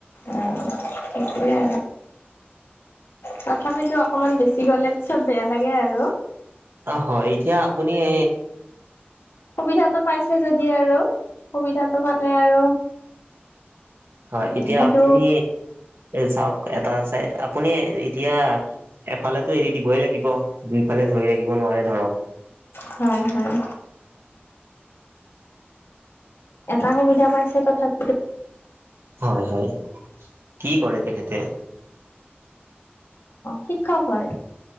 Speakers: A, on the left; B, on the right.
A: অ, এতিয়া তথাপিতো অকমান বেছি গলে পিছত বেয়া লাগে আৰু।
B: অ, হয় এতিয়া আপুনি এ
A: সুবিধাতটো পাইছে যদি আৰু সুবিধাতটো পালে আৰু
B: হয়
A: উম,
B: এতিয়া
A: সেইটো
B: আপুনি চাওক এটা আ চ আপুনি এতিয়া এফালেতো এৰি দিবই লাগিব দুইফালে ধৰি ৰাখিব নোৱাৰে ধৰক
A: হয় হয় এটা সুবিধা পাইছে তথাপি
B: হয় হয় কি কৰে তেখেতে
A: শিক্ষক হয়